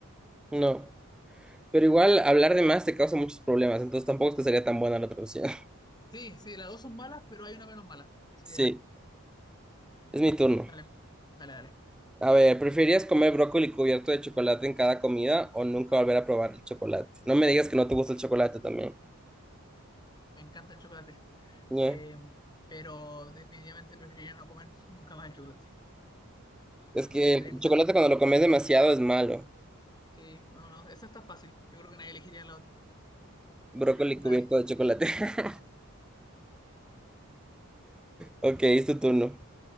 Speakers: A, in the centre; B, on the left.
A: No, pero igual hablar de más te causa muchos problemas, entonces tampoco es que sería tan buena la otra opción. <laughs>
B: Sí, sí, las dos son malas, pero hay una menos mala, que sería
A: Sí,
B: esa.
A: es mi turno.
B: Dale, dale, dale.
A: A ver, ¿preferirías comer brócoli cubierto de chocolate en cada comida o nunca volver a probar el chocolate? No me digas que no te gusta el chocolate también.
B: Me encanta el chocolate.
A: Ñe.
B: Eh, pero definitivamente preferiría no comer nunca más el chocolate.
A: Es
B: No,
A: que
B: no podría
A: el
B: comer
A: chocolate cuando lo
B: brócoli.
A: comes demasiado es malo.
B: Sí, no, no, eso está fácil. Yo creo que nadie elegiría la otra.
A: Brócoli
B: Nadie.
A: cubierto de chocolate. <laughs> Ok, es tu turno.